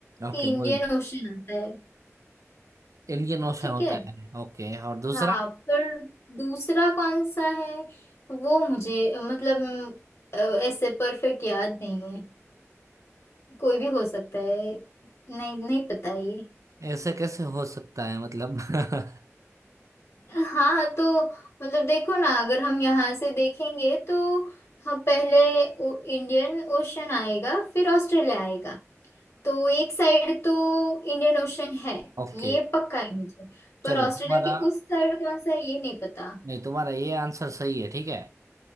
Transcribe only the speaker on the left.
कि इंडियन
ओशन आता है
ठीक
है
हाँ पर दूसरा कौन सा है वो मुझे मतलब अ, ऐसे परफेक्ट याद नहीं है कोई भी हो सकता है नहीं नहीं पता ये
हाँ तो मतलब देखो ना अगर हम यहाँ से देखेंगे तो हम पहले ओ- इंडियन ओशन आएगा फिर ऑस्ट्रेलिया आएगा तो एक साइड तो इंडियन ओशन है
ये पक्का है मुझे पर
ऑस्ट्रेलिया
के उस साइड कौन सा है ये नहीं पता